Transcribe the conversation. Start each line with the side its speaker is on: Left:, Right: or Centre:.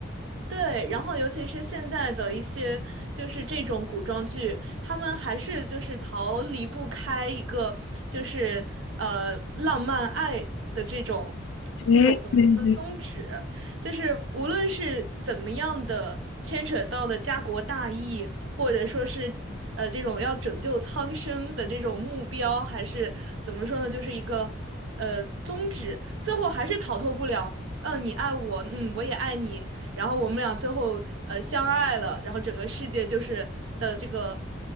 Right: 对，然后尤其是现在的一些就是这种古装剧，他们还是就是逃离不开一个就是呃浪漫爱的这种这种怎么说呢宗旨，
Left: 对对对，
Right: 就是无论是怎么样的牵扯到的家国大义，或者说是呃这种要拯救苍生的这种目标，还是怎么说呢，就是一个呃宗旨，最后还是逃脱不了。嗯，你爱我，嗯，我也爱你，然后我们俩最后呃相爱了，然后整个世界就是的这个